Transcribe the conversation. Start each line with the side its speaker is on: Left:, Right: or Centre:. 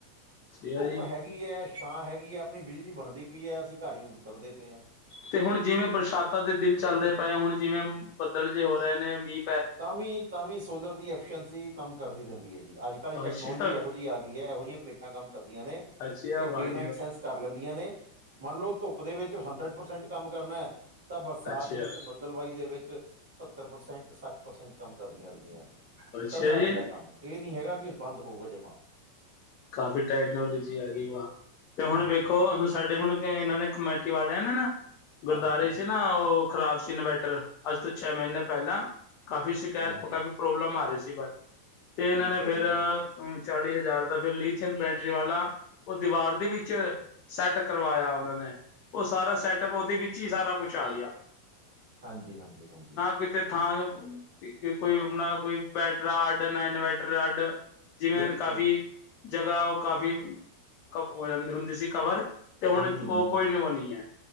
Left: ਸਹੀ
Right: ਧੁੱਪ
Left: ਜੀ
Right: ਹੈ ਗੀ ਐ, ਛਾਂ ਹੈਗੀ ਐ, ਆਪਣੀ ਬਿਜਲੀ ਬਣਦੀ ਪਈ ਐਂ, ਅਸੀਂ ਘਰ ਯੂਜ ਕਰਦੇ ਪੇ ਆਂ।
Left: ਤੇ ਹੁਣ ਜਿਵੇਂ ਬਰਸਾਂਤਾਂ ਦੇ ਦਿਨ ਚੱਲਦੇ ਪਏ ਆ, ਹੁਣ ਜਿਵੇਂ ਬੱਦਲ ਜੇ ਹੋ ਰਏ ਨੇ, ਮੀਂ
Right: ਤਾਂ ਵੀ, ਤਾਂ ਵੀ ਸੋਲਰ ਦੀ ਐਫੀਸੈ਼ਸੀ ਕੰਮ ਕਰਦੀ ਰੈਂਦੀ ਐ ਜੀ, ਅੱਜ -ਕੱਲ੍ਹ ਟੈਕਨੋਲਜੀ
Left: ਅੱਛਾ
Right: ਇਹੋ ਜੀ ਆ ਗੀ ਐ, ਇਹੋ ਜਿਹੀਆਂ ਪਲੇ ਟਾਂ ਕੰਮ ਕਰਦੀਆਂ ਨੇ।
Left: ਅੱਛੀ ਆ ਅਵਾਜ
Right: ਮੈਕਸੈਸ ਕਰ ਲੈਂਦੀਆਂ ਨੇ, ਮਨ ਲੋ ਧੁੱਪ ਦੇ ਵਿੱਚ ਹੰਡਰ ਪਰਸੈਂਟ ਕੰਮ ਕਰਨਾ ਐ ਤਾਂ ਬਰਸਾਤ
Left: ਅੱਛਾ
Right: ਵਿੱਚ, ਬਦਲਵਾਈ ਦੇ ਵਿੱਚ, ਸ ਸੱਤਰ ਪ੍ਰਸੈਂਟ- ਸੱਠ ਪ੍ਰਸੈਂਟ ਕੰਮ ਕਰ ਦੀਆਂ
Left: ਅੱਛਾ
Right: ਚੱਲਦਾ
Left: ਜੀ
Right: ਰਹਿੰਦਾ ਕੰਮ, ਏ ਨੀ ਹੈਗਾ ਕਿ ਬੰਦ ਹੋਊਗਾ ਜਮਾ।
Left: ਕਾਫ਼ੀ ਟੈਕਨੋਲਜੀ ਆਗੀ ਓਆ, ਤੇ ਹੁਣ
Right: ਹਾਂਜੀ
Left: ਵੇਖੋ ਅ-ਵ ਸਾਡੇ ਹੁਣ ਗੈ ਏਨਾਂ ਨੇ ਕਮੈਟੀ ਵਾਲਿਆਂ ਨੇ ਨਾ, ਗੁਰਦਾਰੇ
Right: ਹਾਂਜੀ
Left: 'ਚ ਨਾਂ ਓ ਖ਼ਰਾਬ ਸੀ ਇਨਵੈਟਰ, ਅੱਜ ਤੋਂ ਚੈ ਮਹੀਨੇ ਪੈਲਾਂ ਕਾਫ਼ੀ ਸ਼ਿਕਾਇਤ
Right: ਹਾਂਜੀ
Left: ਓ ਕਾਫ਼ੀ ਪ੍ਰੋਬਲਮ ਆ ਰੀ ਸੀ ਬਟ, ਤੇ ਏਨਾਂ
Right: ਠੀਕ
Left: ਨੇ
Right: ਹੈ
Left: ਫਿਰ
Right: ਜੀ
Left: ਅ ਚਾਲੀ ਹਜ਼ਾਰ ਦਾ ਫਿਰ ਲਿਥਿਅਨ ਬੈਟਰੀ ਵਾਲਾ, ਓ ਦੀਵਾਰ ਦੇ ਵਿੱਚ ਸੈੱਟ ਕਰਵਾਇਆ ਓਨਾਂ ਨੇ, ਓ ਸਾਰਾ ਸੈਟਪ ਉਦੇ ਵਿੱਚ ਈ ਸਾਰਾ ਕੁਛ ਆ ਗਿਆ ‌।
Right: ਹਾਂਜੀ, ਹਾਂਜੀ, ਹਾਂਜੀ।
Left: ਕਿਤੇ ਥਾਂ ਕ-ਅ-ਅ ਕੋਈ ਅਪਣਾ ਕੋਈ ਬੈਟਰਾ ਅੱਡ, ਨਾ ਇਨਵੈਟਰ ਅੱਡ। ਜਿਵੇਂ
Right: ਬਿਲਕੁਲ
Left: ਦ ਕਾਫ਼ੀ ਜਗ੍ਹਾ ਓ ਕਾਫੀ ਕ ਓ ਜਾਂਦੀ ਹੁੰਦੀ ਸੀ ਕਵਰ ਤੇ ਹੁਣ
Right: ਹੂੰ
Left: ਜ ਓ
Right: ਹੂੰ
Left: ਕੋਈ ਨ ਓ ਨਈ ਐ।